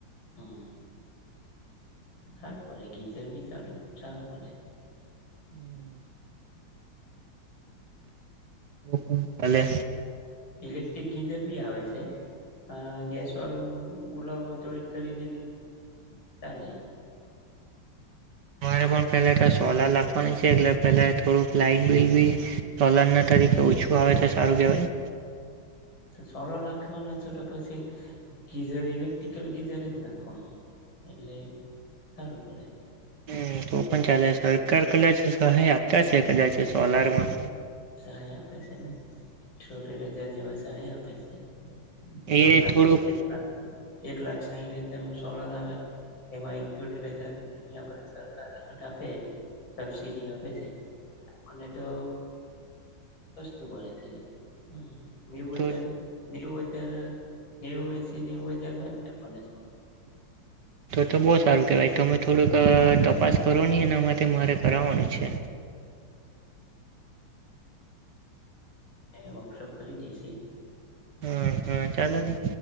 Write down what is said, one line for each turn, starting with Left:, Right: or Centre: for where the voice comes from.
Left: હમ્મ, ખાર પડે ગીત ટેઈ બી ચાલુ, ચાલુ પડે.
Right: હમ્મ. હું તલે?
Left: ઇલેક્ટ્રિક ગીઝર બી આવે છે, આ ગેસ વાળું બોલાવો જોઈટ કરી ને બી ચાલે.
Right: તમારે પણ પહેલે તો સોલાર લાખવાની છે એટલે પેલા થોડુંક લાઈટ બિલ બી સોલાર ન તરીકે ઓછું આવે છે. સારું કેહેવાય.
Left: તો સોલા લખવાનો છો તો પછી ગીઝર ઇલેક્ટ્રિકલ ગીઝર જ નાખવાનું એટલે સારું પડે.
Right: હમ્મ, તો પણ ચાલે સરકાર કદાચ સહાય આપતા છે કદાચ સોલારમાં
Left: હમ્મ ત્યાં જા આપે છે ને એ છોટે રજા જેવા સારી આપે છે. દોઢ
Right: એ
Left: લાખ
Right: થોડુંક
Left: એક લાખ એક લાખ સાહીઠ હજાર નું સોલર આવે તેમાં ઠ્યોતેર હજાર ને આપડે સરકાર હટ આપે સબસીડી આપે છે આપણને તો સસ્તું પડે છે એ હમ્મ. બીજું વ
Right: તો
Left: ચાલુ બીજું વ ત્યારે નેવું એસ શી નેવું હજારમાં જ આપણને સો <unintelligible>
Right: તો તો બોત સારું કહેવાય તો અમે થોડુંક અહ તપાસ કરો નહીં એના માટે મારે કરાવાનું છે.
Left: એ વર્કશોપ કરી દેસે
Right: હા હા ચાલો ની